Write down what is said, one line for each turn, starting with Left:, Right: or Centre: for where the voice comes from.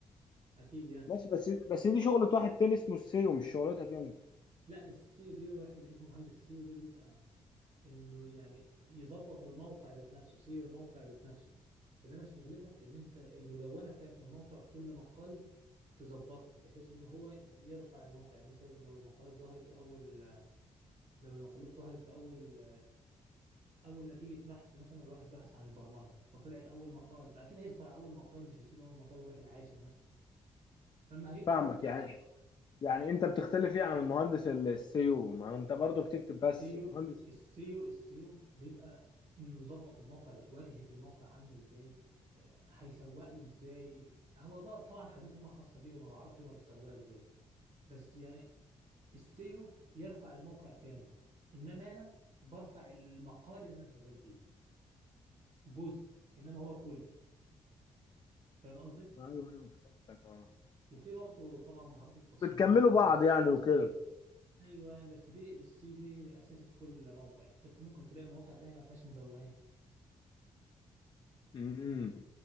Right: أكيد يعني
Left: ماشي بس بس دي شغلة واحد تاني اسمه السيو مش شغلتك انت
Right: لا السي دي واحد اسمه مهندس سي ودي بيبقى انه يعني يظبط الموقع ذات نفسه سيو الموقع ذات نفسه انما شغلتك ان انت المدونه بتاعت الموقع كل مقال تظبطه بحيث ان هو يرفع الموقع يعني مثلا لو المقالات ظهرت في اول لو المقالات ظهرت في اول اول نتيجه بحث مثلا الواحد بحث عن البرمجه فطلعت اول مقال فاكيد هيدخل على اول مقال مش هيسيب اول مقال ويروح العاشر مثلا فما هيدخل
Left: فاهمك يعني يعني انت بتختلف ايه عن المهندس السيو ما انت برضو
Right: السيو
Left: بتكتب بس مهندس
Right: السيو السيو بيبقى انه يظبط الموقع إزاي، واجهة الموقع عاملة ازاي آه، هيسوق له ازاي هو بقى طبعا حاجات هما خاصة بيه وما بعرفش هما بيشتغلوها ازاي بس يعني السيو يرفع الموقع كامل انما انا برفع المقال اللي انا شغال فيه جزء انما هو كل فاهم قصدي
Left: ايوه ايوه فهمتك اه
Right: وفي برضه طبعا مهارات التصميم
Left: بتكملوا
Right: والحياة
Left: بعض يعني وكده
Right: ايوه بس دي السيو دي اساسي في كل موقع بس ممكن تلاقي مواقع تانية ما فيهاش مدونات
Left: امم